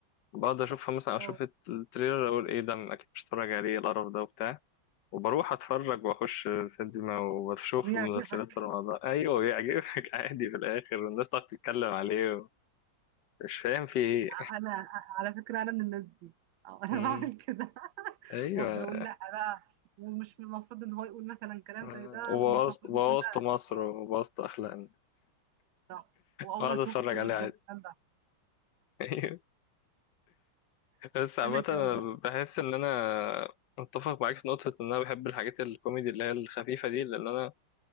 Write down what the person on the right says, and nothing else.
اه
ويعجبك
آه، انا آه، على فكرة انا من الناس دي اه انا
بعمل كده <laughs>
وافضل اقول لا بقى ومش من المفروض ان هو يقول مثلا كلام
زي ده
ومش المفروض
يكون ده
اه
صح واول
ما تشوفه
تقول
ايه الجمال
ده
وانا كمان
بقى